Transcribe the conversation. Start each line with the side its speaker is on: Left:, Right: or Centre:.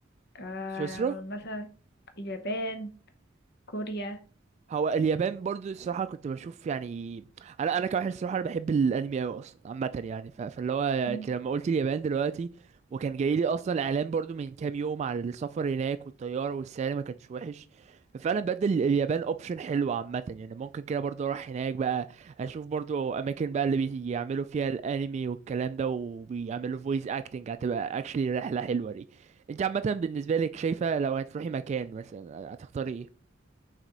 Left: آآ
Right: سويسرا
Left: مثلًا اليابان، كوريا،
Right: هو اليابان برضو الصراحة كنت بشوف يعني أنا أنا كواحد الصراحة أنا بحب الأنمي أوي أصلا عامة يعني ف... فاللي هو يعني
Left: إمم.
Right: أنت لما قلت اليابان دلوقتي وكان جاي لي أصلا إعلان برضو من كام يوم على السفر هناك والطيارة والسعر ما كانش وحش ففعلا بدل اليابان أوبشن حلو عامة يعني ممكن كده برضو أروح هناك بقى أشوف برضو أماكن بقى اللي بيعملوا فيها الأنمي والكلام ده وبيعملوا فويس أكتنج هتبقى أكشلي رحلة حلوة دي أنت عامة بالنسبة لك شايفة لو هتروحي مكان مثلا هتختاري إيه؟